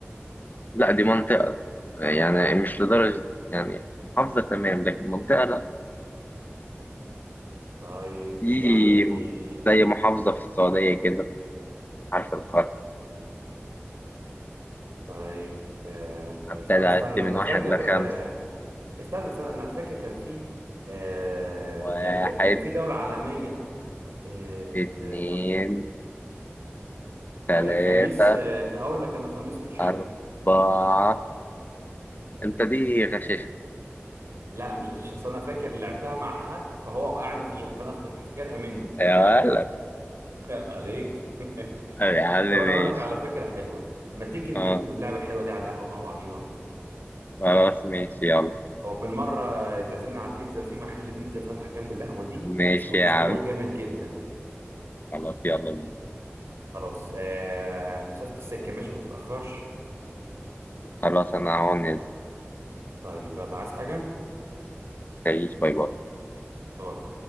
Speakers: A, on the left; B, on the right.
A: لا دي منطقة يعني مش لدرجة يعني محافظة تمام لكن منطقة لا
B: طيب
A: في
B: يعني
A: زي محافظة في السعودية كده حرف الخاء
B: طيب آه،
A: هبتدي
B: است- طب استنى
A: أعد من
B: انا
A: واحد
B: فاكر
A: لخمس
B: آه، استنى استنى انا فاكر كان في آه،
A: واحد
B: يعني ك- كان في دولة عالمية آه،
A: اتنين تلاتة
B: آه، خميس آه، هقول لك انا خميس مشيط
A: أربعة أنت دي غشاشة
B: لا مش غشيش اصل انا فاكر لعبتها مع حد فهو وقعني فيها فانا افتك- فاكرها منه
A: يا ولد
B: <laughs> عيب عليك <laughs>
A: يا عم ماشي
B: طب انا اقول لك على فكرة حلوة ما تيجي نكمل
A: أه
B: اللعبة الحلوة دي على القهوة مع بعضينا
A: خلاص ماشي يلا
B: او بالمرة تعزمنا على البيتزا في محل بيتزا فتح جنب القهوة دي
A: ماشي
B: اسمه الأسطورة
A: يا عم
B: جامد جدا
A: خلاص يلا بينا
B: خلاص آه مسافة السكة ماشي ما تتأخرش
A: خلاص أنا هون نازل
B: طيب يلا عايز حاجة
A: تعيش باي باي
B: باي